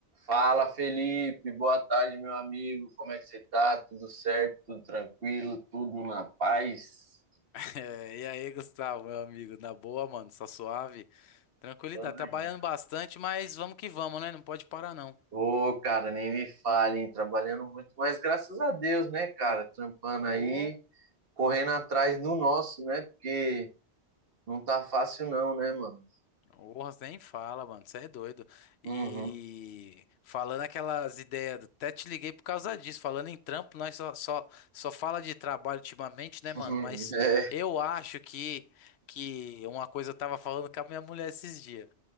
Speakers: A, on the right; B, on the left.
A: Fala, Felipe. Boa tarde, meu amigo. Como é que você tá? Tudo certo? Tudo tranquilo? Tudo na paz?
B: É, e aí, Gustavo, meu amigo, na boa, mano, só suave, tranquilidade,
A: Tamo
B: trabalhando
A: aí.
B: bastante, mas vamos que vamos, né? Não pode parar, não.
A: Ô, cara, nem me falem. Trabalhando muito, mas graças a Deus, né, cara? Trampando aí,
B: Ô,
A: correndo atrás do nosso, né? Porque não tá fácil não, né, mano?
B: oh, nem fala, mano, você é doido.
A: Uhum.
B: E falando aquelas ideias, até te liguei por causa disso, falando em trampo, nós só, só, só fala de trabalho ultimamente,
A: <laughs>
B: né, mano? Mas
A: É.
B: eu acho que, que uma coisa eu tava falando com a minha mulher esses dias.